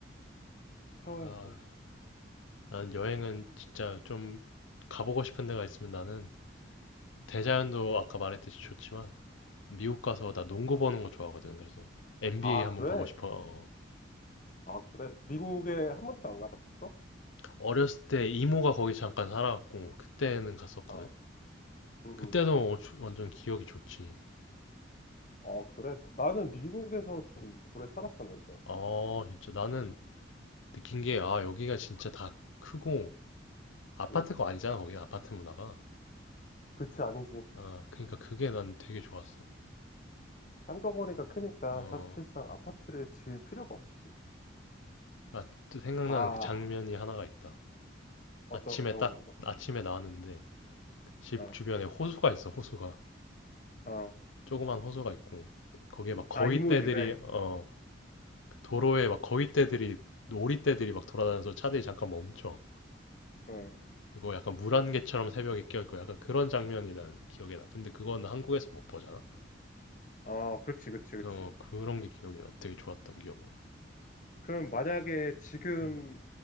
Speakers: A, on the left; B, on the left.
A: 태워야지.
B: 아,
A: 응.
B: 나는 여행은 진짜 좀 가보고 싶은 데가 있으면 나는 대자연도 아까 말했듯이 좋지만 미국 가서 나 농구 보는 거 좋아하거든. 그래서 NBA
A: 아,
B: 한번
A: 그래?
B: 보고 싶어.
A: 아, 그래? 미국에 한 번도 안 가봤어?
B: 어렸을 때 이모가 거기 잠깐 살아갖고 그때는 갔었거든.
A: 아, 응,
B: 그때도
A: 응.
B: 어, 주- 완전 기억이 좋지.
A: 어, 그래. 나는 미국에서 좀 오래 살았었는데.
B: 어, 진짜 나는 느낀 게, 아, 여기가 진짜 다 크고, 아파트가
A: 응.
B: 아니잖아, 거기 아파트 문화가.
A: 그치, 아니지.
B: 아, 그러니까 그게 난 되게 좋았어.
A: 땅덩어리가 크니까
B: 어,
A: 사실상 아파트를 지을 필요가 없지.
B: 아, 또 생각나는
A: 다
B: 그 장면이 하나가 있다.
A: 어떤
B: 아침에
A: 어떤
B: 딱
A: 건데?
B: 아침에 나왔는데 집
A: 어,
B: 주변에 호수가 있어 호수가
A: 어.
B: 조그만 호수가 있고 거기에 막 거위떼들이
A: 아, 이모집에.
B: 어 도로에 막 거위떼들이 오리떼들이 막 돌아다녀서 차들이 잠깐 멈춰
A: 어.
B: 이거 약간 물안개처럼 새벽에 껴있고 약간 그런 장면이 난 기억에 나 근데 그건 한국에서 못 보잖아
A: 아, 그렇지, 그렇지, 그렇지.
B: 어 그런 게 기억이 나 되게 좋았던 기억으로
A: 그럼 만약에 지금
B: 음